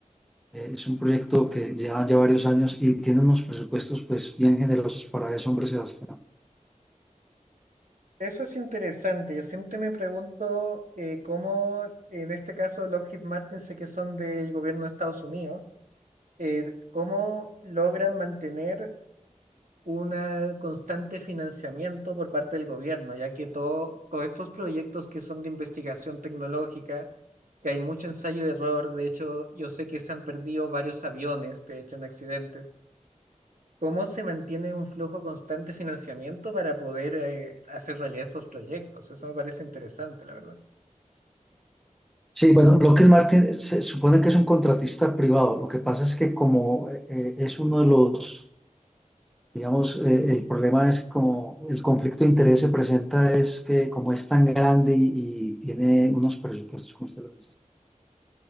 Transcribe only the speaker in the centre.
Eh, es un proyecto que lleva ya varios años y tiene unos presupuestos pues bien generosos para eso, hombre Sebastián.
Sí, bueno, Lockheed Martin se supone que es un contratista privado. Lo que pasa es que como eh, eh, es uno de los, digamos, eh, el problema es como el conflicto de interés se presenta es que como es tan grande y, y tiene unos presupuestos, como usted lo dice,